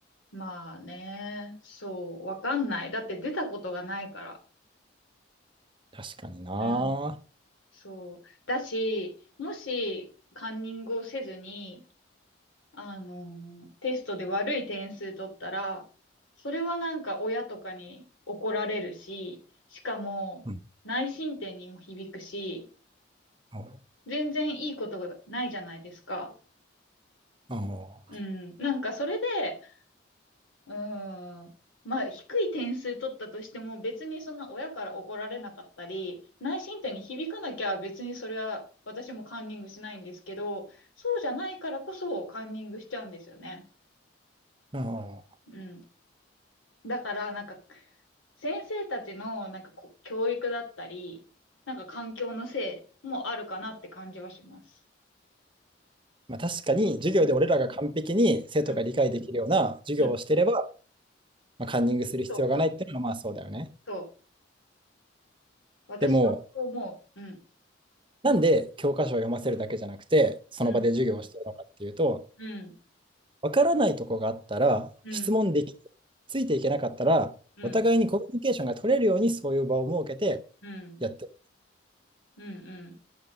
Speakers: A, on the left (about 85°); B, on the right (about 25°).
A: まあね。そう。わかんない。だって出たことがないから。
B: 確かにな。
A: うん。そう。だし、もし、カンニングをせずに、あの、テストで悪い点数取ったら、それはなんか親とかに怒られるし、しかも内申点にも響くし、
B: うん。お
A: 全然いいことがないじゃないですか。
B: お
A: うん。なんかそれで、うん。まあ低い点数取ったとしても別にそんな親から怒られなかったり、内申点に響かなきゃ別にそれは私もカンニングしないんですけど、そうじゃないからこそカンニングしちゃうんですよね。
B: お
A: うん。だから、なんか、先生たちの、なんかこう、教育だったり、なんか環境のせいもあるかなって感じはします。
B: まあ、確かに、授業で俺らが完璧に生徒が理解できるような授業をしてれば、
A: うんうんうん
B: まあ、カンニングする必要がないっていうのは、
A: そう、
B: まあそうだよね。
A: そう。私はそう思う。
B: でも、
A: うん。
B: なんで教科書を読ませるだけじゃなくて、その場で授業をしてるのかっていうと、
A: うんうん。
B: わからないとこがあったら、
A: うん。
B: 質問でき、ついていけなかったら、
A: うん。
B: お互いにコミュニケーションが取れるようにそういう場を設けて
A: うん。
B: やってる。
A: うん。